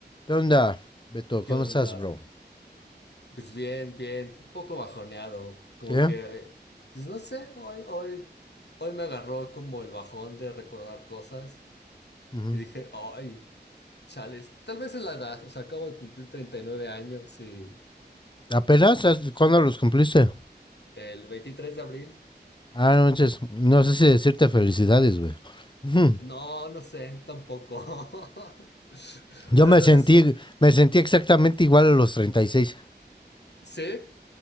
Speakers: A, on the left; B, on the left.
A: ¿Qué onda, Beto?
B: ¿Qué
A: ¿Cómo
B: onda?
A: estás, bro?
B: Pues bien, bien, un poco bajoneado, como
A: ¿Sí?
B: que, pues no sé, hoy, hoy, hoy me agarró como el bajón de recordar cosas
A: Ujú.
B: y dije, ay, chales, tal vez es la edad, o sea, acabo de cumplir 39 años y
A: ¿Apenas? ¿Cuándo los cumpliste?
B: el 23 de abril,
A: Ah, no, manches, no sé si decirte felicidades, güey. Ujú.
B: no, no sé, tampoco. <laughs> O
A: Yo
B: sea,
A: me
B: no
A: sentí,
B: sé, si-
A: me sentí exactamente igual a los 36.
B: ¿sí?